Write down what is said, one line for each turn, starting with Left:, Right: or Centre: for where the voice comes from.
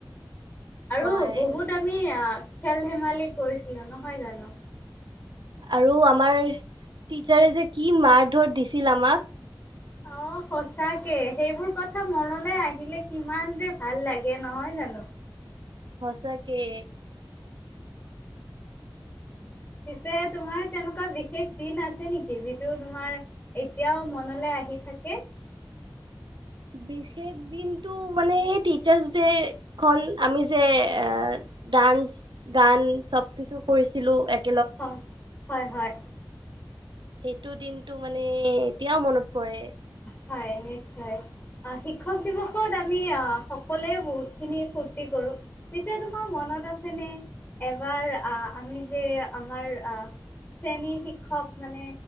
Left: আৰু
Right: হয়
Left: বহুত আমি খেল ধেমালি কৰিছিলো নহয় জানো?
Right: আৰু আমাৰ টিচাৰে যে কি মাৰ ধৰ দিছিল আমাক।
Left: অ সচাকে সেইবোৰ কথা মনলে আহিলে কিমান যে ভাল লাগে নহয়। <unintelligible>
Right: সচকে।
Left: পিছে তোমাৰ তেনেকুৱা বিশেষ দিন আছে নেকি, যিটো তোমাৰ এতিয়াও মনলৈ আ আহি থাকে?
Right: বিশেষ দিনটো মানে সেই টিচাৰ্ছ দেইখন, আমি যে এ ডান্স, গান, চব কিছু কৰিছিলোঁ, এক
Left: হয়, হয় হয়।
Right: সেইটো দিনটো মানে, এতিয়াও মনত পৰে।
Left: হয়, নিশ্চয়। আ-শিক্ষক দিৱসত আমি আ-সকলোৱে বহুত খিনি ফূৰ্তি কৰো, পিছে তোমাৰ মন নত আছে নে, এবাৰ আমি যে আমাৰ আ শ্ৰেণী শিক্ষক মানে